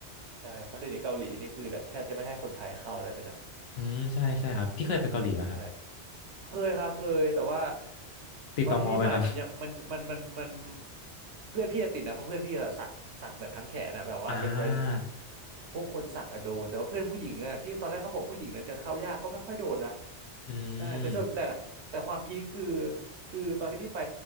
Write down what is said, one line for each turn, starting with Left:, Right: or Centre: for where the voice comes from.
Right: ใช่เพราะเดี๋ยวนี้เกาหลีนี่คือแบบแทบจะไม่ให้คนไทยเข้าแล้วเดี๋ยวนะ
Left: อืมใช่ใช่ครับพี่เคยไปเกาหลีไหมครับ
Right: ใช่ เคยครับเคยแต่ว่า
Left: ติดต่อมอไหมครับ
Right: ตอนที่พี่ไปมันยังมันมันมันมันเพื่อนพี่อะติดนะเพราะเพื่อนพี่อะสักสักแบบทั้งแขนอะแบบว่าเป็นวัยรุ่น
Left: <laughs> อ่า
Right: พวกคนสักอะโดนแต่ว่าเพื่อนผู้หญิงอะที่ตอนแรกเขาบอกผู้หญิงอะจะเข้ายากก็ไม่ค่อยโดนนะ
Left: อื
Right: ใช่แต่ส่วนแต่แต่ความพีคคือ
Left: ม
Right: คือตอนที่พี่ไป